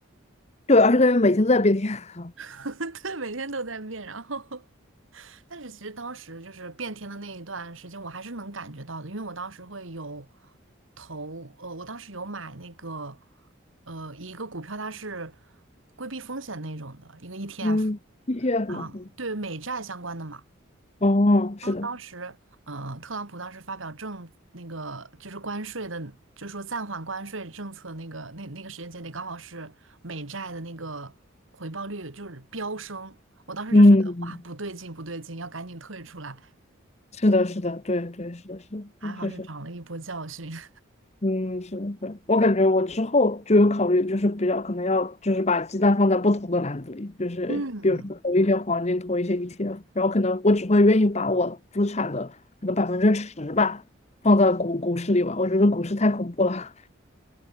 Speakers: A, on the left (about 35°); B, on the right (about 80°).
A: <laughs> 对，而且感觉每天都在变天啊。
B: <laughs> 对，每天都在变。然后，但是其实当时就是变天的那一段时间，我还是能感觉到的，因为我当时会有投，呃，我当时有买那个，呃，一个股票，它是规避风险那种的一个
A: <laughs>
B: ETF
A: 嗯，ETF
B: 啊，
A: 嘛，嗯
B: 对美债相关的嘛。
A: 哦，是的，
B: 然后当时，呃，特朗普当时发表政那个就是关税的，就说暂缓关税政策那个那那个时间节点，刚好是美债的那个回报率就是飙升。我当时就觉得哇，
A: 嗯，
B: 不对劲，不对劲，要赶紧退出来。
A: 是的，是的，对对，是的，是的，
B: 还好是长了一波教训。
A: 对确实。
B: <laughs>
A: 嗯，是的，对，我感觉我之后就有考虑，就是比较可能要就是把鸡蛋放在不同的篮子里，就是比如说投一些黄金，
B: 嗯，
A: 投一些 ETF，然后可能我只会愿意把我资产的可能百分之十吧放在股股市里吧，我觉得股市太恐怖了。